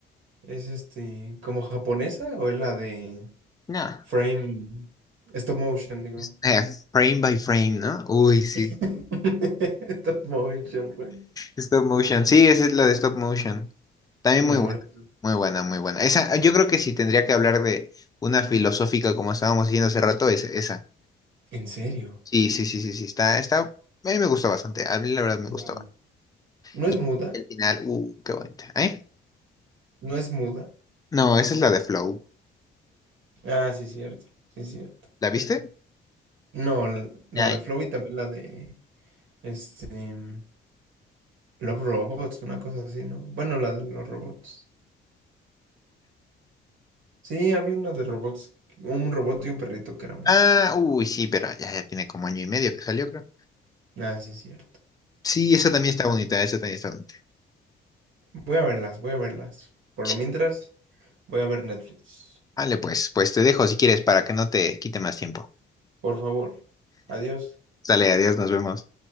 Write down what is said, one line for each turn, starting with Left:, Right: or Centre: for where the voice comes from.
Right: Es este. ¿Como japonesa o es la de
Left: No.
Right: frame? Stop motion, digo.
Left: Es- eh, frame by frame, ¿no? Uy, sí.
Right: <laughs> Stop motion, pues.
Left: Stop motion. Sí, esa es la de stop motion. También
Right: Memoria.
Left: muy buena, muy buena, muy buena. Esa, yo creo que sí tendría que hablar de una filosófica como estábamos diciendo hace rato, es esa.
Right: ¿En serio?
Left: Sí, sí, sí, sí, sí. Está, está. A mí me gusta bastante. A mí la verdad me
Right: No
Left: gusta
Right: la vi. ¿No
Left: Y
Right: es muda?
Left: el final, uh, qué bonita. ¿Eh?
Right: ¿No es muda?
Left: No, esa es la de Flow.
Right: Ah, sí, cierto. Sí, cierto.
Left: ¿La viste?
Right: No, l- la
Left: Ya.
Right: de Flow y también la de. Este. mm, Love Robots, una cosa así, ¿no? Bueno, la de los robots. Sí, había una de robots, un robot y un perrito que era muda.
Left: Ah, uy, sí, pero ya, ya tiene como año y medio que salió, creo.
Right: Ah, sí, es cierto.
Left: Sí, esa también está bonita, esa también está bonita.
Right: Voy a verlas, voy a verlas. Por
Left: Sí.
Right: lo mientras, voy a ver Netflix.
Left: Vale, pues, pues te dejo si quieres para que no te quite más tiempo.
Right: Por favor. Adiós.
Left: dale adiós, nos vemos.